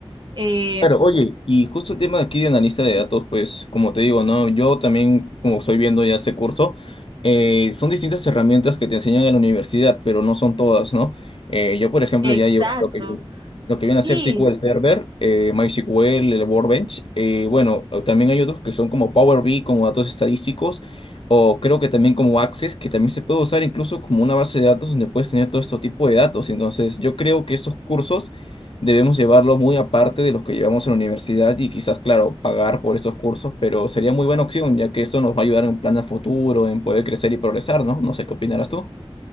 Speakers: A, on the right; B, on the left.
A: Eh,
B: Claro, oye, y justo el tema de aquí de analista de datos, pues como te digo, ¿no? Yo también, como estoy viendo ya ese curso, eh, son distintas herramientas que te enseñan en la universidad, pero no son todas, ¿no? Eh, yo, por ejemplo,
A: exacto.
B: ya llevo lo que, lo que viene
A: Sí,
B: a ser SQL Server, eh, MySQL, el Workbench, eh, bueno, o también hay otros que son como Power BI, como datos estadísticos, o creo que también como Access, que también se puede usar incluso como una base de datos donde puedes tener todo este tipo de datos. Entonces, yo creo que estos cursos debemos llevarlo muy aparte de los que llevamos en la universidad y quizás, claro, pagar por esos cursos, pero sería muy buena opción, ya que esto nos va a ayudar en plan a futuro, en poder crecer y progresar, ¿no? No sé qué opinarás tú.